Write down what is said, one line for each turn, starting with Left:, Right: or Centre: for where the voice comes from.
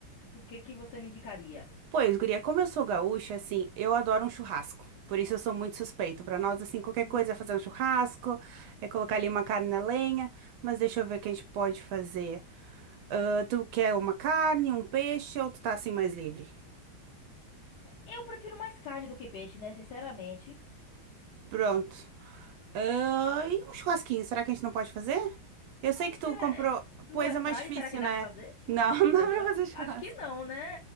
Left: tu- o que que você me indicaria?
Right: Pois, guria, como eu sou gaúcha, assim, eu adoro um churrasco. Por isso eu sou muito suspeita. Pra nós, assim, qualquer
Left: Hum.
Right: coisa é fazer um churrasco, é colocar ali uma carne na lenha. Mas deixa eu ver o que a gente pode fazer. Ah, tu quer uma carne, um peixe ou tu tá assim mais livre?
Left: Eu prefiro mais carne do que peixe, né? Sinceramente.
Right: Pronto. Ah, e um churrasquinho, será que a gente não pode fazer? Eu sei
Left: Mas
Right: que
Left: será...
Right: tu comprou.
Left: No
Right: Pois
Left: airfry,
Right: é mais difícil,
Left: será que dá
Right: né?
Left: pra fazer churrasco
Right: Não, <laughs> não
Left: no
Right: dá
Left: airfry?
Right: pra fazer churrasco.
Left: Acho que não, né?